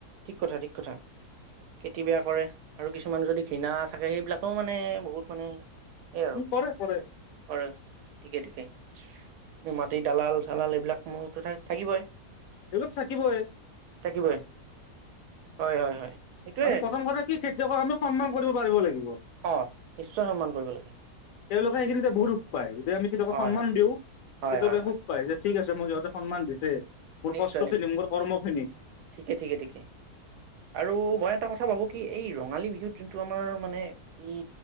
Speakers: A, on the right; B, on the left.
A: ঠিক কথা, ঠিক কথা। খেতি বেয়া কৰে, আৰু কিছুমান যদি ঘৃণা থাকে সেইবিলাকেও মানে, বহুত মানে, ঠিকেই আৰু,
B: উম কৰে কৰে
A: ঘৰত, ঠিকেই ঠিকে। মাটি দালাল চালাল এইবিলাক মূৰ টকাই থাকিবই।
B: এইবিলাক থাকিবই।
A: থাকিবই হয় হয় হয়। সেইটোয়ে
B: মানে প্ৰথম কথা কি, খেতিয়কক আমি সন্মান কৰিব পাৰিব লাগিব।
A: অ নিশ্চয় সন্মান কৰিব লাগে
B: তেওঁলোকে সেইখিনিতে বহুত সুখ পায়। যেতিয়া আমি খেতিয়ক
A: হয়
B: সন্মান
A: হয়
B: দিও,
A: হয়
B: খেতিয়কে
A: হয় হয়
B: সুখ পায়। যে ঠিক আছে যে মোক সিহঁতে সন্মান দিছে। মোৰ
A: নিশ্চয়
B: কষ্টখিনিক
A: নিশ্চয়।
B: মোৰ কৰ্মখিনিক
A: ঠিকে ঠিকে ঠিকে, আৰু মই এটা কথা কথা ভাবো কি এই ৰঙালী বিহুত যোনটো আমাৰ মানে, এই